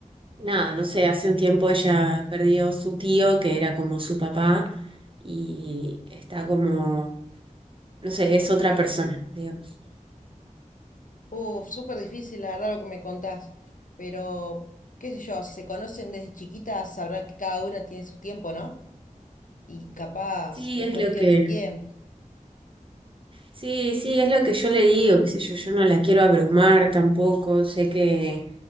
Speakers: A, on the right; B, on the left.
A: nada, no sé, hace un tiempo ella perdió su tío, que era como su papá, y está como, no sé, es otra persona, digamos.
B: Uf, súper difícil, la verdad, lo que me contás. Pero, qué sé yo, si se conocen desde chiquitas, sabrán que cada una tiene su tiempo, ¿no? Y capaz
A: Sí,
B: es
A: es
B: cuestión
A: lo que,
B: de tiempo.
A: sí, sí, es lo que yo le digo, qué sé yo, yo no la quiero abrumar tampoco, sé que